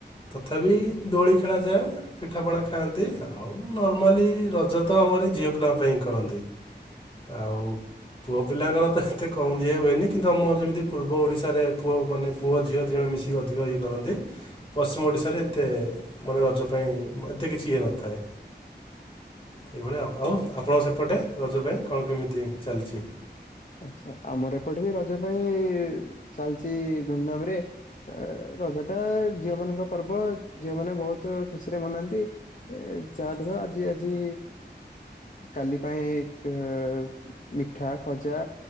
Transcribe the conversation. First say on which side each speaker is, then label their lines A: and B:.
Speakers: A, on the left; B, on the left.
A: ତଥାପି ଦୋଳି ଖେଳାଯାଏ ପିଠାପଣା ଖାଆନ୍ତି ଆଉ ନର୍ମାଲି ରଜ ତ ଆମରି ଝିଅ ପିଲାଙ୍କ ପାଇଁ କରନ୍ତି। ଆଉ ପୁଅ ପିଲାଙ୍କର ତ ଏତେ କମ ଇଏ ହୁଏନି କିନ୍ତୁ ଆମର ଯେମିତି ପୂର୍ବ ଓଡିଶାରେ ପୁଅ ମାନେ ପୁଅ ଝିଅ ଦି ଜଣ ମିଶିକି ଅଧିକ ଇଏ କରନ୍ତି। ପଶ୍ଚିମ ଓଡ଼ିଶାରେ ଏତେ ମାନେ ରଜ ପାଇଁ ଏତେ କିଛି ଇଏ ନଥାଏ। ଏଇଭଳିଆ ଆଉ ଆପଣ ସେପଟେ ରଜ ପାଇଁ କଣ କେମିତି ଚାଲିଚି?
B: ଆଛା ଆମର ଏପଟେ ବି ରଜ ପାଇଁ ଚାଲିଚି ଧୁମଧାମ୍ ରେ। ରଜ ଟା ଝିଅ ମାନଙ୍କ ପର୍ବ ଝିଅ ମାନେ ବହୁତ ଖୁସିରେ ମନାନ୍ତି। ଏ ଯା ଦେଖ ଆଜି ଆଜି କାଲି ପାଇଁ ମିଠା, ଖଜା